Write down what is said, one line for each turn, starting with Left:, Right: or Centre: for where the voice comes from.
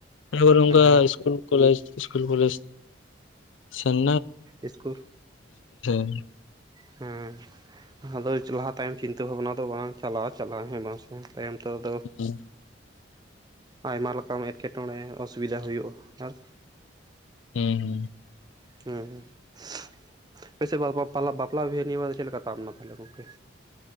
Left: ᱡᱳᱨ ᱚᱱᱠᱟ
Right: ᱦᱮᱸ
Left: ᱤᱥᱠᱩᱞ, ᱠᱚᱞᱮᱡᱽ ᱤᱥᱠᱩᱞ, ᱠᱚᱡᱽ ᱦᱮᱸ
Right: ᱤᱥᱠᱩᱞ
Left: <unintelligible>
Right: ᱦᱮᱸ ᱾ ᱟᱫᱚ ᱞᱟᱦᱟ ᱛᱟᱭᱚᱢ ᱪᱤᱱᱛᱟᱹ ᱵᱷᱟᱵᱱᱟ ᱫᱚ ᱵᱟᱝ ᱪᱟᱞᱟᱣ ᱪᱟᱞᱟᱜ-ᱟ ᱦᱮᱸᱥᱮ ᱵᱟᱝ ᱾ᱛᱟᱭᱚᱢ ᱛᱮᱫ
Left: ᱦᱮᱸ ᱾
Right: ᱟᱭᱢᱟ ᱞᱮᱠᱟᱱ ᱮᱴᱠᱮᱴᱚᱬᱮ ᱚᱥᱩᱵᱤᱫᱟ ᱦᱩᱭᱩᱜ-ᱟ ᱟᱨ
Left: ᱦᱩᱸ ᱦᱩᱸ ᱾
Right: ᱦᱮᱸ ᱦᱮᱸ ᱾ ᱟᱯᱮ ᱥᱮᱫ ᱵᱟᱯᱞᱟ ᱵᱤᱦᱟᱹ ᱱᱤᱭᱟᱹ ᱵᱟᱨ ᱫᱚ ᱪᱮᱫ ᱞᱮᱠᱟ ᱛᱟᱵ ᱛᱟᱞᱦᱮ ᱜᱚᱝᱠᱮ?